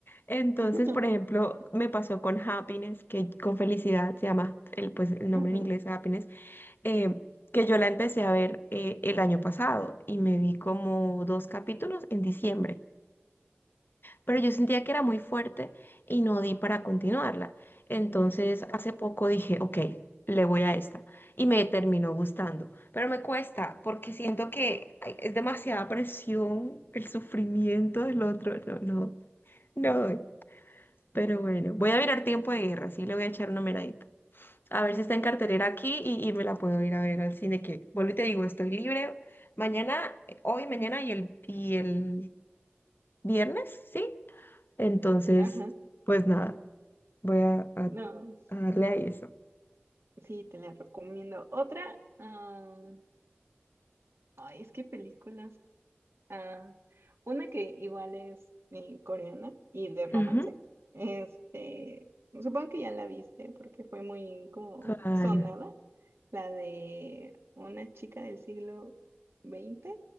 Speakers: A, on the left; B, on the right.
A: Entonces,
B: <laughs>
A: por ejemplo, me pasó con Happiness, que con felicidad se llama el, pues, el
B: Ajá,
A: nombre en inglés, Happiness, eh, que yo la empecé a ver eh, el año pasado y me vi como dos capítulos en diciembre. pero yo sentía que era muy fuerte y no di para continuarla. Entonces,
B: ujú.
A: hace poco dije, ok, le voy a esta y me terminó gustando, pero me cuesta porque siento que ay, es demasiada presión el sufrimiento del otro. No, no, no doy. Pero bueno, voy a mirar Tiempo de Guerra, sí, le voy a echar una miradita. A ver si está
B: Sí,
A: en cartelera
B: sí, sí.
A: aquí y, y me la puedo ir a ver al cine, que vuelvo y te digo, estoy libre mañana, eh, hoy, mañana y el, y el viernes, ¿sí? Entonces,
B: Ajá.
A: pues nada, voy a, a-
B: No,
A: a darle ahí eso.
B: sí, te la recomiendo. Otra, am, ay, es que películas. ah, una que igual es eh, coreana y de romance.
A: Ujú.
B: Este, supongo que ya la viste porque fue muy como
A: ¿Cuál?
B: sonada. La de una chica del siglo XX